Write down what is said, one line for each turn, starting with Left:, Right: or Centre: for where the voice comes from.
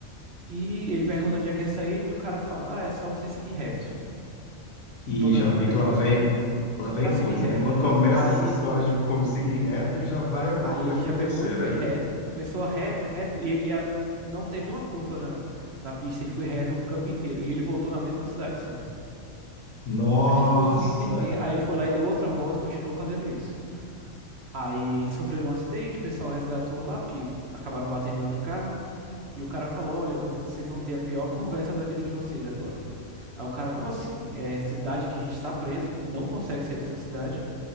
Right: E ele pergunta onde é que é a saída e o cara fala: Ah, é só você seguir reto.
Left: E
Right: Toda
Left: já
Right: a vida
Left: vi que
Right: aqui,
Left: lá vem, lá vem
Right: tá
Left: coisa,
Right: seguir reto.
Left: né? Quando começa
Right: Aí,
Left: essa história de como seguir reto, já vai alguma
Right: aí
Left: coisa
Right: ele já
Left: acontecer,
Right: pegou e foi
Left: né?
Right: reto, começou a reto, reto, e ele ia, não teve uma curva na, na pista, ele foi reto o caminho inteiro. E ele voltou na mesma cidadezinha.
Left: Nossa,
Right: Aí ele ficou sem entender. Aí ele foi lá e deu outra volta e continuou fazendo isso. Aí eles sofreram um acidente, o pessoal resgatou lá, porque acabaram batendo em outro carro. E o cara falou: Olha, vo- vocês vão ter a pior conversa da vida de vocês agora. Aí o cara, como assim? É cidade que a gente está preso, não consegue sair dessa cidade.